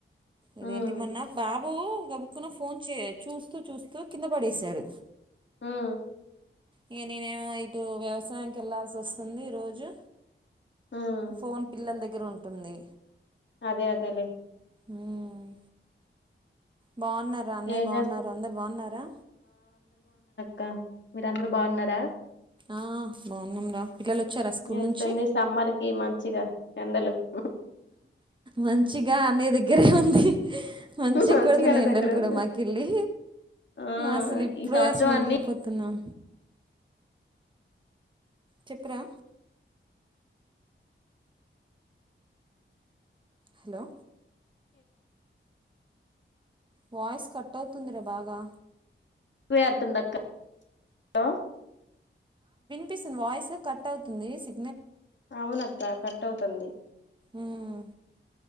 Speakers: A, on the right; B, on the left.
A: ఇదేంటి
B: ఉమ్
A: మోన్న బాబు గబక్కున ఫోన్ చే చూస్తూ చూస్తూ కింద పడేసాడు
B: ఉమ్
A: ఇక నేనేమో ఇటు వ్యవసాయానికి వెళ్లాల్సి వస్తుంది రోజు
B: ఉమ్
A: ఫోన్ పిల్లల దగ్ దగ్గర ఉంటుంది
B: అదే అదేలే
A: ఉమ్ బాగున్నారా అన్నయ్య
B: ఏం
A: బాగున్నారు
B: చేస్తా
A: అందరు బాగున్నారా
B: క్క మీరందరు బాగున్నారా
A: ఆ బాగున్నాంరా పిల్లలు వచ్చారా స్కూల్
B: ఎట్లుంది
A: నుంచి
B: సమ్మర్ కి మంచిగా ఎండలు <unintelligible>
A: మంచిగా అనే దగ్గరే ఉంది మంచి
B: మంచిగానే
A: కొడుతున్నాయ్ ఎండలు
B: దగ్గర
A: కూడా
B: ఉందా
A: మాకెళ్ళి
B: ఆ
A: అసలు ఇప్పుడే
B: ఈ సంవత్సరం
A: అసలు
B: అన్ని
A: ఉండలిపోతున్నాం చెప్పురా హలో వాయిస్ కట్ అవుతుందిరా బాగా
B: వేద్ దక్క హలో
A: పిస్సంధి వాయిస్ కట్ అవుతుంది సి
B: అవునక్క కట్ అవుతుంది
A: ఉమ్,